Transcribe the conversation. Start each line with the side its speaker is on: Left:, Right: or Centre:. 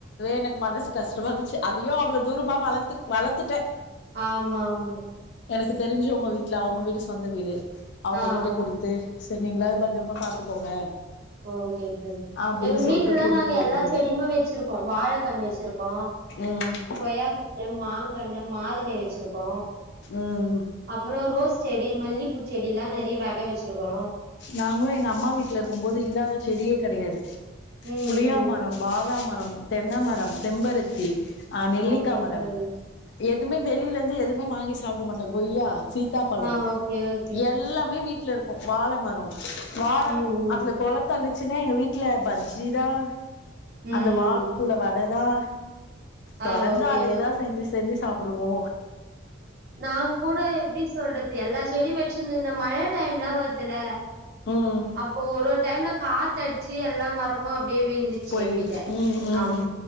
Left: எனக்கு மனசு கஷ்டமா இருந்துச்சு அதையு அவ்வளோ தூரமா வளத்து வளத்துட்ட
Right: ஆமா ஆமா
Left: எனக்கு தெரிஞ்சு உங்க வீட்ல அவங்க வீடு சொந்த வீடு அவங்ககிட்ட
Right: ஆ ஆ
Left: குடுத்து சேரி நீங்களாவது பத்துரமா பாத்துக்கோங்க
Right: ஓகே சேரி
Left: அப்டின்னு
Right: எங்க வீட்லல்லா
Left: சொல்ட்டு குடுத்துருக்கோ
Right: நாங்க எல்லா செடியுமே வெச்சுருக்கோ வாழ கன்னு வெச்சுருக் கோ
Left: ம்
Right: கொய்யாக்கன்னு மாங்கன்னும் மாதுளை வெச்சுருக்கோ
Left: ம்
Right: அப்புறோ ரோஸ் செடி மல்லிப்பூ செடில்லா நெறைய வக வெச்சுருக்கோ
Left: நாங்களு எங்க அம்மா வீட்ல இருக்கும் போது இல்லாத செடியே கெடையாது
Right: ம்
Left: புளியா
Right: ம்
Left: மரம் பாதாம் மரம் தென்னமரம் செம்பருத்தி ஆ நெல்லிக்கா
Right: ஓகே
Left: மரம்
Right: தோழி
Left: எத் எதுமே வெளிலருந்து எதுமே வாங்கி சாப்புட மாட்டோ கொய்யா சீதாப்பழோ
Right: ஆ ஓகே ஓகே
Left: எல்லாமே வீட்ல இருக் கு வாழ மரோ வார
Right: ம் ம்
Left: அதுல கொளத்தள்ளி ச்சுனா எங்க வீட்ல பஜ்ஜிதா
Right: ம்
Left: அந்த வாழபூல்ல
Right: ம்
Left: வட அதா
Right: ஆ
Left: தொடந்து
Right: ஓகே
Left: அதேதா செஞ்சு செஞ்சு சாப் புடுவோ
Right: நாங் கூட எப்டி சொல்றது எல்லா செடியு வெச்சுருந்தோ இந்த மழ டைம்லா வர் துல
Left: ம்
Right: அப்போ ஒரு ஒரு டைம்ல காத்தடுச்சு எல்லா மரம் ம்மாப் அப்டியே விழுந்துருச்சு
Left: போயிடுது
Right: எங்க வீட்ட
Left: ம் ம்
Right: ஆமா